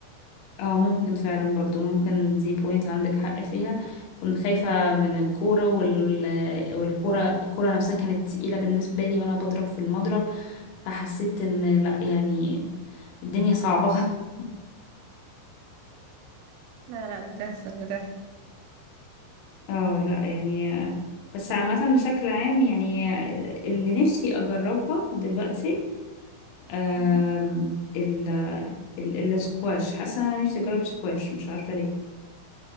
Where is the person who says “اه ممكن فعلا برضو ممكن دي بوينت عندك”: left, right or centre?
Left